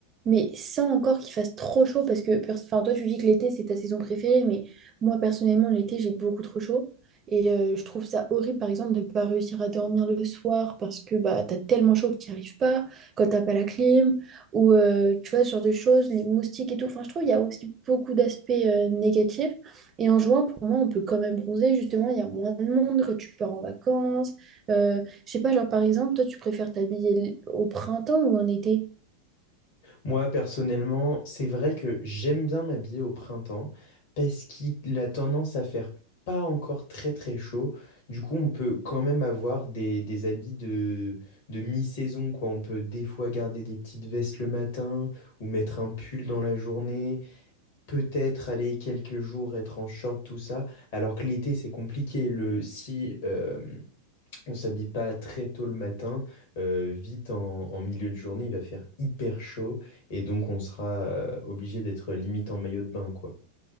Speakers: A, on the right; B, on the left.
A: mais sans encore qu'il fasse trop chaud parce que pers- enfin toi tu dis que l'été c'est ta saison préférée mais moi personnellement l'été j'ai beaucoup trop chaud et euh, je trouve ça horrible par exemple de ne pas réussir à dormir le soir parce que bah t'as tellement chaud que tu n'y arrives pas quand t'as pas la clim ou euh, tu vois, ce genre de choses, les moustiques et tout. Enfin, je trouve qu'il y a aussi beaucoup d'aspects euh, négatifs. Et en jouant, pour moi, on peut quand même bronzer. Justement, il y a moins de monde quand tu pars en vacances. Euh, je sais pas, genre par exemple, toi, tu préfères t'habiller au printemps ou en été?
B: Moi, personnellement, c'est vrai que j'aime bien m'habiller au printemps parce qu'il a tendance à faire pas encore très très chaud. Du coup, on peut quand même avoir des, des habits de, de mi-saison, quoi. On peut des fois garder des petites vestes le matin ou mettre un pull dans la journée, peut-être aller quelques jours être en short, tout ça. Alors que l'été, c'est compliqué. Le, si, euh, On s'habille pas très tôt le matin, euh, vite en, en milieu de journée, il va faire hyper chaud et donc on sera euh, obligé d'être limite en maillot de bain, quoi.